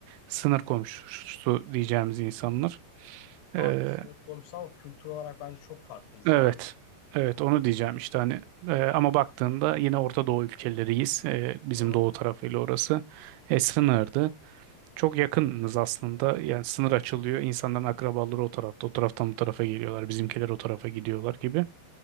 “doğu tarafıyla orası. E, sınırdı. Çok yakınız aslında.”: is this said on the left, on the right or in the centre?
Right